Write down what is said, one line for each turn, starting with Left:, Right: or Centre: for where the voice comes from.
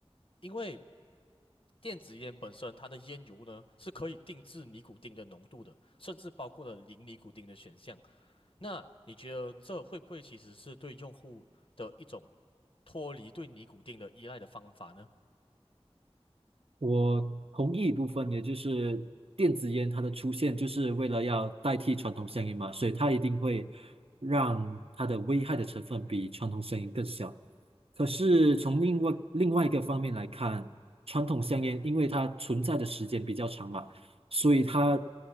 Left: 因为电子烟本身它的烟油呢是可以定制尼古丁的浓度的，甚至包括了零尼古丁的选项。那你觉得这会不会其实是对用户的一种脱离对尼古丁的依赖的方法呢？
Right: 我同意一部分，也就是电子烟它的出现就是为了要代替传统香烟嘛，所以它一定会让它的危害的成分比传统香烟更小。可是从另外另外一个方面来看，传统香烟因为它存在的时间比较长嘛。所以它